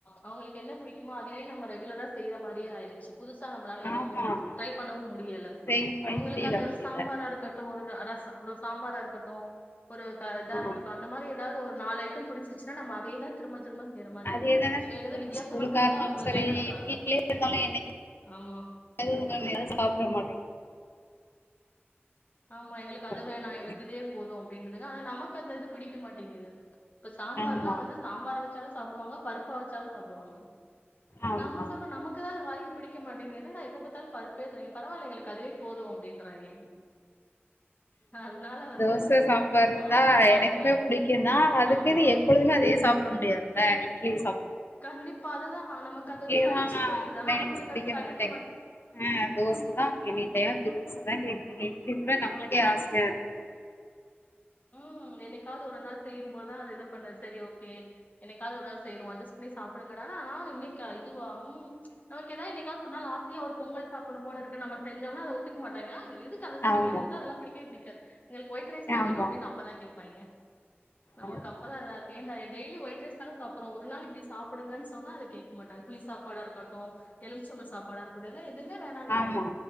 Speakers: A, on the left; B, on the left.
A: அவங்களுக்கு என்ன புடிக்குமோ அதுவே நம்ம ரெகுலரா செய்யற மாரியே ஆயிடுச்சு புதுசா நம்மளால எதுவும்
B: ஆமா
A: ட்ரை பண்ணவும் முடியல
B: சேவ் பண்ண
A: அவங்களுக்கு
B: முடியல
A: அந்த
B: முடியல
A: சாம்பாரா இருக்கட்டும் அதா அ ஒரு சாம்பாரா இருக்கட்டும் ஒரு க இதா
B: ஆமா
A: இருக் ஏதாவது ஒரு நால ஐட்டம் புடிச்சிருசினா நம்ம அதே தான் திரும்ப திரும்ப செய்யற மாரி
B: அதேதானே
A: இருக்கு
B: திரும்ப
A: வேற எதுவு
B: திரும்ப
A: வித்தியாசமா
B: ஸ்கூலுக்கா
A: செஞ்சா
B: இருந்தாலும்
A: அவங்க
B: சரி
A: வேணான்றாங்க
B: வீடலயே இருந்தாலும் என்னைக்கா
A: ஆமா
B: ஒ எவும் சாப்பிட மாட்டேங்க
A: ஆமா எங்களுக்கு
B: பண்றது
A: அது வேணா நான் எங்களுக்கு இதேவே போதும் அப்படின்றுதுங்க ஆன நமக்கு அந்த இது பிடிக்க மாட்டேங்குது இப்ப சாம்பார்லாம்
B: ஆமா
A: வந்து சாம்பாரை வச்சு <unintelligible> சாப்பிடுவாங்க பருப்பா வச்சாலும் சாப்படுவாங்க
B: ஆமா
A: நம்ம சொல்றோம் நமக்குதான் அது வாய்ப் பிடிக்க மாட்டீங்கன்னான் எப்ப பத்தாலு பருப்பே செய பரவால எங்களுக்கு அதுவே போதும் அப்படின்றாங்க அதனால வந்து
B: தோசை சாப்பறது
A: அவங்களுக்காகவே
B: தா எனக்குமே பிடிக்குன்னா அதுக்குன்
A: ஆமா
B: எப்பொழுதுமே அதையே சாப்பிட முடியாதுல்ல இட்லி சா
A: கண்டிப்பா அதுதான் நமக்கு
B: இப்தியேதான்
A: அது சலிச்சு
B: <unintelligible>
A: போயிருது ஆனா
B: பிடிக்க
A: அவங்களுக்கு அது சலிக்க
B: மாட்டேங்குது ஆ தோசைதான் எனிடைம் <unintelligible> கேக்குதுங்க இப்ப நம்பளுக்கே
A: ஆமா
B: ஆசையா இருக்கு
A: ம் என்னிக்காவது ஒரு நாள் செய்யும்போதுதான் அதது இது பண்ண சரி ஓகே என்னிக்காவது ஒரு நாள் செய்றோ அஜஸ்ட் பண்ணி சாப்பிடுங்கடா இன்னிக்கா அதுவா உ நமக்கு ஏதா என்னிக்காவது ஒரு நாள் ஆசையா வந்து பொங்கல் சாப்படுனும் போல இருக் நம்ம செஞ்சோனா அத ஒத்துக்க மாட்டாங்க எதுக்கு அத செஞ்சிங்க
B: ஆமா
A: எங்குளுக்களா அதெல்லா பிடிக்கவே பிடிக்காது எங்குளுக்கு ஒயிட் ரைஸ்தா
B: ஆமா
A: வேணு டீன் அப்பதா கேப் ப்பாயிங்க நமக்கு
B: ஆமா
A: அப்பதா அத <unintelligible> டெய்லி ஒயிட்ரைஸ்தான சாப்பறோம் ஒரு நாள் இப்பிடி சாப்பிடுங்க சொன்னா அத கேக்க மாட்டாங்க புளி சாப்பாடா இருக்கட்டோ எலும் ச்சம் சாப்பாட இருக்கட்டு <unintelligible> செஞ்சா வேணாங்கறங்க
B: ஆமா